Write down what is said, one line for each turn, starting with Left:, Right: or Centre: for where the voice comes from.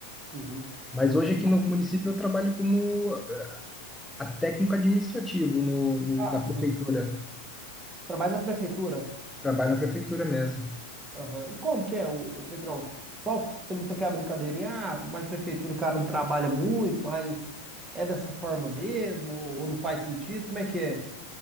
Right: Uhum.
Centre: Mas hoje aqui
Right: Aqui.
Centre: no município eu trabalho como a técnico administrativo no, no-
Right: Ah,
Centre: na prefeitura.
Right: sim. Trabalho na prefeitura.
Centre: Trabalho na prefeitura mesmo.
Right: Aham. E como que é, o, Pedrão? O pessoal tem muita aquela brincadeirinha, ah, mas prefeitura o cara não trabalha muito, mas é dessa forma mesmo, ou não faz sentido? Como é que é?